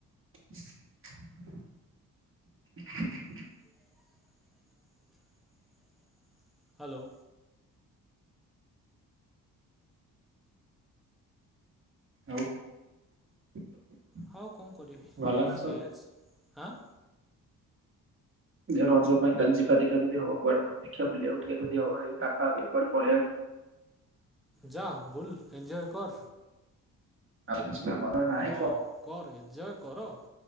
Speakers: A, on the right (about 35°); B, in the centre.
A: <inaudible>
B: <inaudible> ହ୍ୟାଲୋ।
A: ଆଉ <inaudible>
B: ହଉ କଣ କରିବ?
A: ଭଲ ନା
B: ସେଇଆ
A: ସବୁ?
B: ହାଁ।
A: ରଜ ପାଇଁ କାଲି ଯିବା ଦେଖିବା ଯଦି ହବ କୁଆଡେ ଦେଖିବା ବୁଲିବା ବୁଲିବାକୁ ଯଦି ହବ ପାଖ ଆଖ କୁଆଡେ ବୁଲିବାକୁ ପଳେଇବା।
B: ଯାଆ ଏଞ୍ଜୟ କର।
A: ଆ କିଛି କାମ ଧନ୍ଦା ନାଇ
B: ହଁ
A: କଣ?
B: କର ଏଞ୍ଜୟ କର